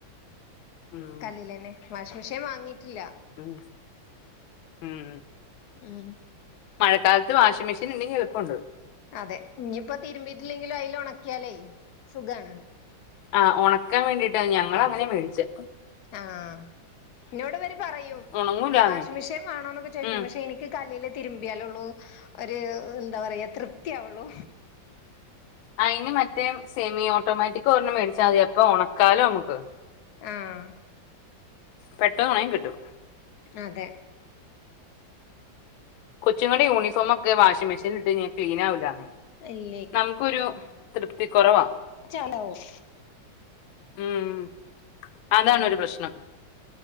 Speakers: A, on the left; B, on the left.
A: ഉം
B: കല്ല്ലെന്നെ വാഷിംഗ് മെഷീൻ വാങ്ങിയിട്ടില്ല
A: ഉം ഉം
B: ഉം
A: മഴക്കാലത്ത് വാഷിംഗ് മെീൻ ഇണ്ടെങ്കി എള്പ്പം ഇണ്ട്
B: അതെ ഇഞ്പ്പൊ തിര്മ്പിയിറ്റില്ലെങ്കിലും അയ്ല് ഒണക്കിയാലെയ് സുഖാണ്
A: ആഹ് ഒണക്കാൻ വേണ്ടിയിട്ടാ ഞങ്ങള അങ്ങനെ വേടിച്ചെ
B: ആഹ് ഇന്നോട് വെര് പറയും
A: ഉണങ്ങൂലാന്നേ
B: വാഷിംഗ് മെഷീൻ വേണോന്നൊക്കെ ചോയ്ക്കും
A: ഉം
B: പക്ഷെ ഇനി ക്ക് കല്ലില് തിരുമ്പിയാലൊള്ളൂ ഒരു എന്താ പറയാ തൃപ്തിയാവൊള്ളൂ
A: അയ്ന് മറ്റേ സെമി ഓട്ടോമാറ്റിക് ഒരെണ്ണം മേടിച്ചാമതി അപ്പൊ ഒണക്കാലോ നമുക്ക്
B: ആഹ്
A: പെട്ടെന്ന് ഒണങ്ങി കിട്ടും
B: അതെ
A: കൊച്ചുങ്ങളുടെ യൂണിഫോമൊക്കെ വാഷിങ്മെഷീൻല് ഇട്ട്കയിഞ്ഞാ ക്ലീനാവുലാന്നെ
B: ഇല്ലേ
A: നമുക്കൊരു തൃപ്തി കൊറവാ
B: ചാടാവും
A: ഉം അതാണൊരു
B: ഉം
A: പ്രശ്നം